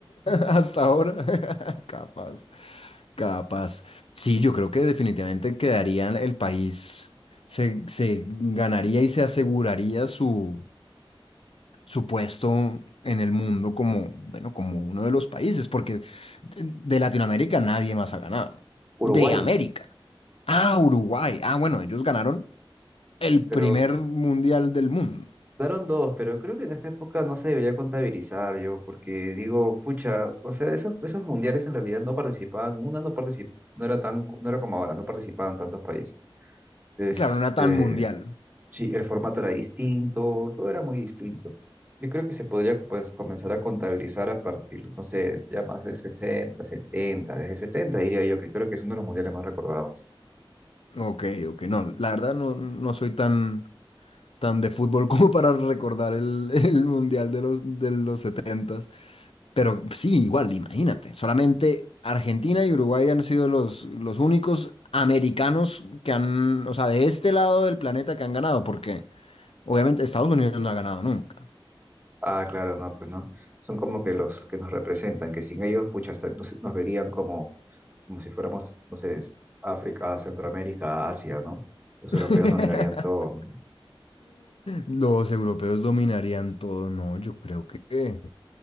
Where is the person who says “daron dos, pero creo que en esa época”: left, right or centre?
Right